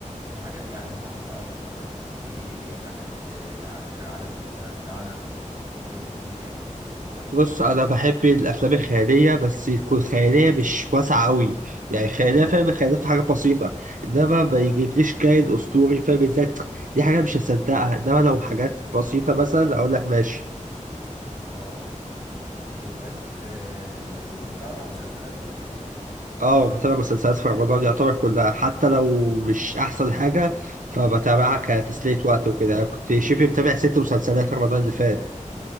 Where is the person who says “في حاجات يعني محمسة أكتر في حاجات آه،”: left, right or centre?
Right